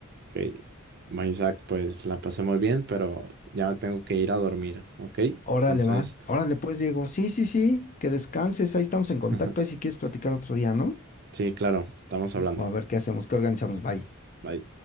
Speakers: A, on the right; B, on the left.
A: Ok, Bueno, Isaac, pues la pasé muy bien, pero ya me tengo que ir a dormir, ¿ok?
B: Órale,
A: Entonces,
B: va. Órale, pues, Diego. Sí, sí, sí, que descanses. Ahí estamos en
A: <laughs>
B: contacto. Ahí si quieres platicar otro día, ¿no?
A: sí, claro, estamos hablando.
B: O a ver qué hacemos, qué organizamos. Bye.
A: Bye.